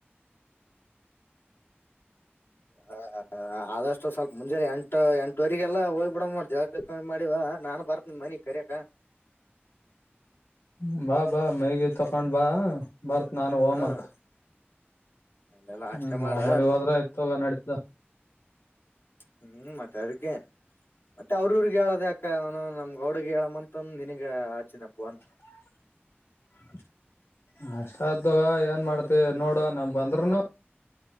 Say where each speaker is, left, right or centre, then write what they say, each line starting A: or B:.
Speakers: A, on the left (about 60°); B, on the left (about 80°).
A: ಹ ಹಾ ಹ ಆದಷ್ಟು ಸ್ವಲ್ಪ ಮುಂಜೆ ಎಂಟು ಎಂಟವರೆರಿಗೆಲ್ಲ ಹೋಗ್ ಬಿಡ್ ಮಾಡ ಜಾಗ ಮಾಡಿವ ನಾನ್ ಬರ್ತನ ಮನೆಗ್ ಕರ್ಯಕ
B: <inaudible> ಬಾ ಬಾ ಮೈಗ ತಕೊಂಡ್ ಬಾ ಬರ್ತ್ ನಾನು ಓಮತ್
A: ಹ್ಮ್ ಅಲ್ಲೆಲ್ಲ
B: ಹ್ಮ್
A: ಅಷ್ಟೇ ಮಾಡ
B: ಒಮ್ಮನೆ ಹೋದ್ರ ಆಯತೋಗ ನಡತದ
A: ಹ್ಮ್ ಮತ ಅದಕ್ಕೇ ಮತ್ತೆ ಅವ್ರರ್ಗ್ ಹೇಳದ ಯಾಕ ಅವನು ನಮ್ ಗೌಡಗ್ ಹೇಳಮ್ಮಂತ ಒಂದ ನಿನಗ ಆಚಿನಪ್ಪ ಫೋನ್
B: <inaudible> ಅಷ್ಟ ಆಯ್ತಾಗ ಏನ್ ಮಾಡ್ತಿ ನೋಡು ನಮ ಬಂದ್ರೂನು